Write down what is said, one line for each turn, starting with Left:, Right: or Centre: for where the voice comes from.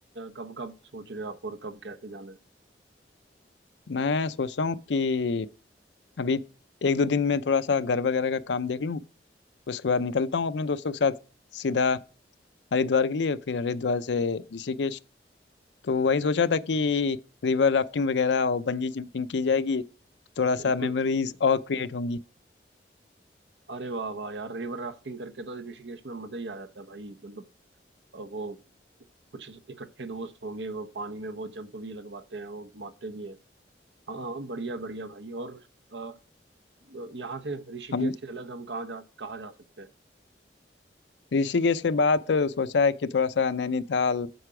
Right: कब कब सोच रहे हो आप और कब कैसे जाना है
Left: मैं सोच रहा हूँ कि अभी एक दो दिन में थोड़ा सा घर वगैरह का काम देख लूँ उसके बाद निकलता हूँ अपने दोस्तों के साथ सीधा हरिद्वार के लिए फिर हरिद्वार से ऋषिकेश तो वही सोचा था कि रिवर राफ्टिंग वगैरह और बंजी जंपिंग की जाएगी थोड़ा
Right: बिल्कुल
Left: सा मेमोरीज और क्रिएट होंगी
Right: अरे वाह वाह यार रिवर राफ्टिंग करके तो ऋषिकेश में मजा ही आ जाता है भाई मतलब अ, वो कुछ इकट्ठे दोस्त होंगे वो पानी में वो जंप भी लगवाते हैं वो घुमाते भी हैं हाँ हाँ, बढ़िया बढ़िया भाई और अ, यहाँ से ऋषिकेश
Left: हम
Right: से अलग हम कहाँ जा कहाँ जा सकते हैं
Left: ऋषिकेश के बाद सोचा है कि थोड़ा सा नैनीताल